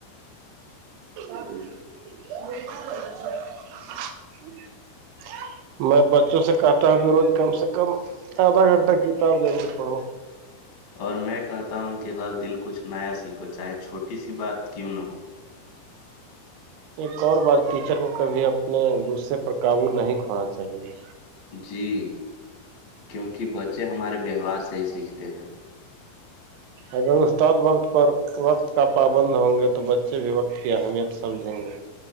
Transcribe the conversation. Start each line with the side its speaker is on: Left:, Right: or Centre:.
Right: <inaudible> میں بچوں سے کہتا ہوں کہ روز کم سے کم آدھا گھنٹہ کتاب ضرور پڑھو
Left: اور میں کہتا ہوں کہ ہر دن کچھ نیا سیکھو چاہے چھوٹی سی بات کیوں نہ ہو
Right: ایک اور بات ٹیچر کو کبھی اپنے غصے پر قابو نہیں کھوانا چاہیے
Left: جی کیونکہ بچے ہمارے ویوہار سے ہی سیکھتے ہیں
Right: اگر استاد وقت پر وقت کا پابند ہوں گے تو بچے بھی وقت کی اہمیت سمجھیں گے